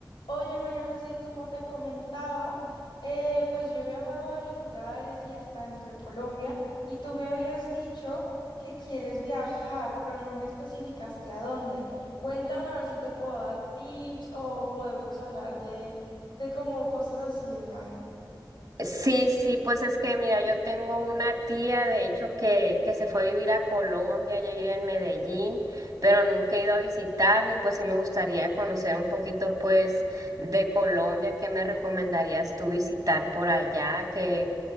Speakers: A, on the left; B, on the right.
A: Oye, María José, y como te comentaba, eh, pues yo he viajado a varios lugares y hasta dentro de Colombia, y tú me habías dicho que quieres viajar, pero no me especificaste a dónde. Cuéntame a ver si te puedo dar tips o podemos hablar de, de como cosas así de viaje.
B: Sí, sí, pues es que mira, yo tengo una tía, de hecho, que, que se fue a vivir a Colombia, ella vive en Medellín, pero nunca he ido a visitarla y pues sí me gustaría conocer un poquito pues de Colombia, ¿qué me recomendarías tú visitar por allá? Que